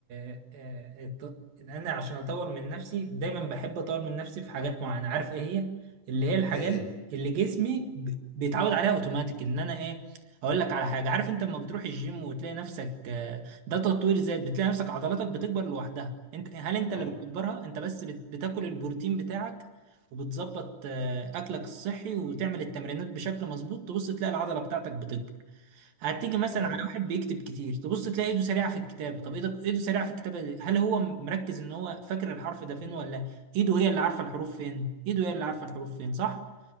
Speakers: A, on the right (about 85°); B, on the left (about 80°).
A: آه، آه، الت- أنا عشان أطور من نفسي دايما بحب أطور من نفسي في حاجات معينة عارف إيه هي؟ اللي هي الحاجات
B: ايه
A: اللي جسمي ب- بيتعود عليها أوتوماتيك إن أنا إيه أقول لك على حاجة عارف أنت لما بتروح الجيم وتلاقي نفسك آه، ده تطوير ذات بتلاقي نفسك عضلاتك بتكبر لوحدها أنت هل أنت اللي
B: ايوه
A: بتكبرها؟ أنت بس بت- بتاكل البروتين بتاعك وبتظبط آه، أكلك الصحي وتعمل التمرينات بشكل مظبوط تبص تلاقي العضلة بتاعتك بتكبر هتيجي مثلا
B: ايوه
A: على واحد بيكتب كتير تبص تلاقي ايده سريعه في الكتابه طب ايده ايده سريعه في الكتابه دي هل هو مركز ان هو فاكر الحرف ده فين ولا ايده هي اللي عارفه الحروف فين ايده هي اللي عارفه الحروف فين صح